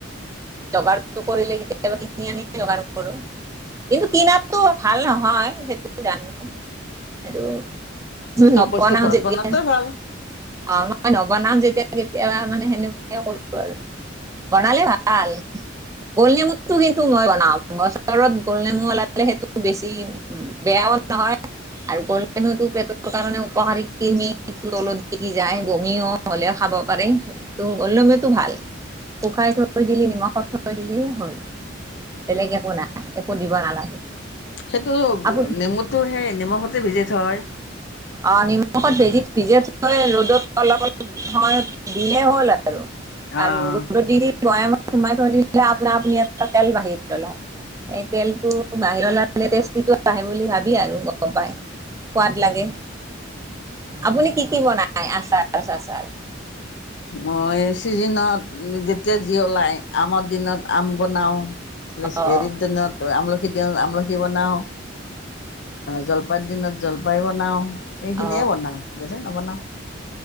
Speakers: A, on the right; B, on the left.
A: জগাৰটো কৰিলে কেতিয়াবা কিনি আনি জগাৰ কৰোঁ। কিন্তু, কিনাটো ভাল নহয় সেইটো জানো। এইটো
B: চব
A: নবনাওঁ
B: বস্তু ঘৰত
A: যেতিয়া,
B: বনোৱাটোৱে ভাল।
A: অ' মই নবনাওঁ যেতিয়া। কেতিয়াবা মানে সেনেকুৱাই কৰোঁ আৰু বনালে ভাল গোল নেমুটোৰ কিন্তু মই বনাওঁ। বছৰত গোল নেমু ওলাই পেলাই সেইটো বেছি বেয়াও নহয়। আৰু গোল নেমুতো পেটৰ কাৰণে উপকাৰী, কৃমি তলত দিগী যায় বমিয়ো হ'লে খা ব পাৰে, এইটো গোল নেমুতো ভাল। শুকাই থৈ দিলি নিমখত থৈ দিলেই হ'ল, বেলেগ একো নাই একো দিব নালাগে।
B: সেইটো
A: আপুনি
B: নেমুতো সেই নিমখতে ভিজাই থোৱা হয়।
A: অ' নিমখত ভেজি-ভিজাই থৈ ৰ'দত অলপ অলপ সময়ত দিলে হ'ল আৰু। আৰু
B: অঁ
A: ৰ'দত দি দি বোয়ামত সোমাই থৈ দিলে আপোনা আপুনি ইয়াৰ পৰা <unintelligible> এই তেলটো বাহিৰত ওলালে টেষ্টিটো বাঢ়ে বুলি ভাবি আৰু গম পাই, সোৱাদ লাগে। আপুনি কি কি বনাই আচাৰ-চাচাৰ?
B: মই ছিজনত যেতিয়া যি ওলাই। আমৰ দিনত আম বনাও
A: অ
B: হেৰিৰ দিনত আম সিদিনত আমলখি বনাওঁ জলপাই দিনত জলপাই বনাওঁ এইখিনিয়ে
A: অ
B: বনাও বেলেগ নবনাও